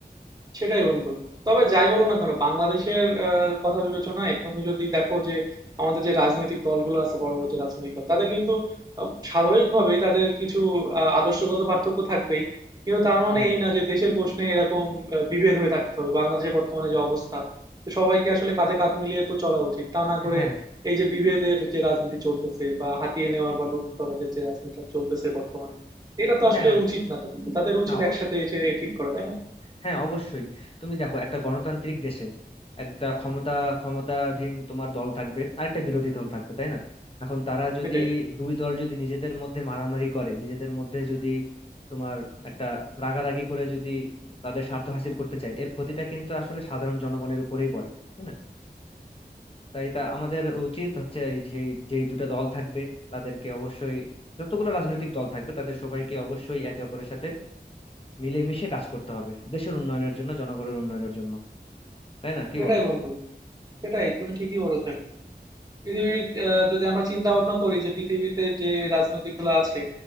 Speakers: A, on the right; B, on the left.
A: সেটাই বন্ধু তবে যাই বলো না কেন বাংলাদেশের আহ, কথা বিবেচনায় তুমি যদি দেখো যে আমাদের যে রাজনৈতিক দলগুলো আছে বড় বড় যে রাজনৈতিক দল তাদের কিন্তু আহ, স্বাভাবিকভাবেই তাদের কিছু আহ, আদর্শগত পার্থক্য থাকবেই কিন্তু তার মানে
B: হ্যাঁ
A: এই না যে দেশের প্রশ্নে এরকম আহ, বিভেদ হয়ে থাকতে হবে বাংলাদেশের বর্তমানে যে অবস্থা তো সবাইকে আসলে কাঁধে কাঁধ মিলিয়ে তো চলা উচিত তা না করে
B: হ্যাঁ
A: এই যে বিভেদের যে রাজনীতি চলতেছে বা হাতিয়ে নেওয়ার বা লুট তরাজের যে রাজনীতিটা চলতেছে বর্তমানে এটা তো
B: হ্যাঁ
A: আসলে উচিত না তাদের তাদের উচিত
B: না অবশ্যই
A: একসাথে এসে ঠিক করা তাই না
B: হ্যাঁ অবশ্যই তুমি দেখো একটা গণতান্ত্রিক দেশে একটা ক্ষমতা ক্ষমতাধীন তোমার দল থাকবে আর একটা বিরোধী দল থাকবে তাই না এখন তারা যদি
A: সেটাই
B: দুই দল যদি নিজেদের মধ্যে মারামারি করে নিজেদের মধ্যে যদি তোমার একটা রাগারাগি করে যদি তাদের স্বার্থ হাসিল করতে চায় এর ক্ষতিটা কিন্তু আসলে সাধারণ জনগণের উপরেই পড়ে তাই না তাই এটা আমাদের উচিত হচ্ছে এই যে যেই দুটো দল থাকবে তাদেরকে অবশ্যই যতগুলো রাজনৈতিক দল থাকবে তাদের সবাইকে অবশ্যই একে অপরের সাথে মিলেমিশে কাজ করতে হবে দেশের উন্নয়নের জন্য জনগণের উন্নয়নের জন্য তাই না কি
A: সেটাই
B: বলো
A: বন্ধু সেটাই তুমি ঠিকই বলেছো একদম পৃথিবীর আহ, যদি আমরা চিন্তা ভাবনা করি যে পৃথিবীতে যে রাজনৈতিক গুলো আছে